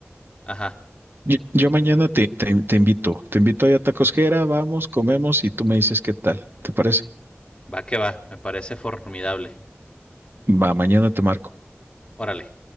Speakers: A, on the left; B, on the right.
A: Ajá,
B: yo, yo mañana te, te, te invito, te invito ahí a Tacosquera, vamos, comemos y tú me dices qué tal, ¿te parece?
A: va que va, me parece formidable.
B: Va, mañana te marco.
A: Órale.